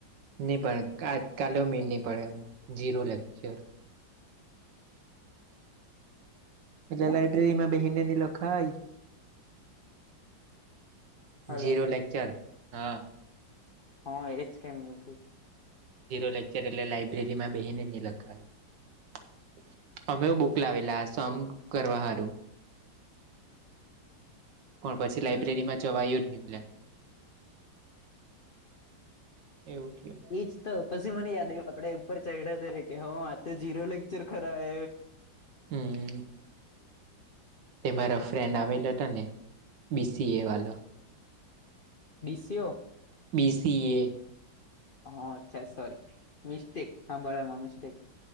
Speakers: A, on the right; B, on the left.
A: નહીં પડે આજ કાલ ભી નહીં પડે એમ ઝીરો લેક્ચર. એટલે
B: હું
A: લાઈબ્રેરીમાં બહી ની લખાય.
B: હલો
A: જીરો લેકચર હા.
B: હ એજ કેમ મે ભી.
A: જીરો લેક્ચર એટલે લાઈબ્રેરીમાં બેહીને લખાય અમે બુક લાવેલા સમ કરવા હારું પણ પછી લાઈબ્રેરીમાં
B: હમ
A: જવા આવયું જ નહીલે એવુંઠ
B: એજ તો પછી મને યાદ આવ્યું. આપડે ઉપર ચડ્યા તરીકે હ આ તો ઝીરો લેક્ચર ખરા.
A: હમ્મ તે મારા ફ્રેન્ડ આવેલા હતો ને બી સી એ વાલો
B: બિસિઓ.
A: બી સી એ.
B: અચ્છા સોરી મિસ્ટેક હાબરામાં મિસ્ટેક.